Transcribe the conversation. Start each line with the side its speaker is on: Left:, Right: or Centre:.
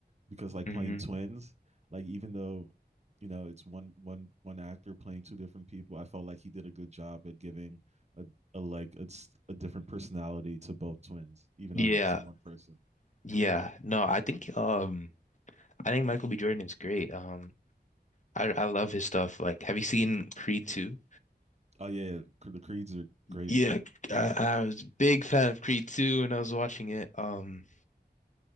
Right: because like
Left: hmm
Right: playing twins, like even though you know it's one one one actor playing two different people, I felt like he did a good job at giving a, a like a, a different personality to both twins, even
Left: Yeah,
Right: though he's one person.
Left: yeah. No, I think um I think Michael B. Jordan is great. Um I I love his stuff. Like, have you seen Creed 2?
Right: Oh yeah, the creeds are great.
Left: Yeah, I, I was a big fan of Creed 2 when I was watching it. Um